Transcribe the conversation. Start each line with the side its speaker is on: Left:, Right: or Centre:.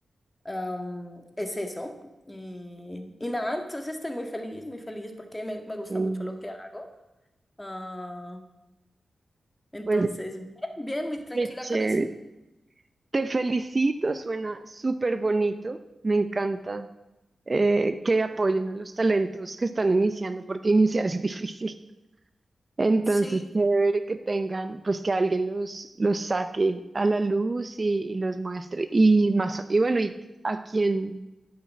Left: Am, es eso. Y, y nada, entonces estoy muy feliz, muy feliz porque me, me gusta
Right: Mm,
Left: mucho lo que hago. Ah, entonces,
Right: Pues
Left: bien, bien, muy tranquila
Right: qué chévere.
Left: con eso.
Right: Te felicito, suena súper bonito. Me encanta eh, que apoyen a los talentos que están iniciando, porque iniciar es <laughs> difícil. Entonces,
Left: Sí,
Right: chévere que tengan, pues que alguien los, los saque a la luz y, y los muestre. Y más, y bueno, y a quién.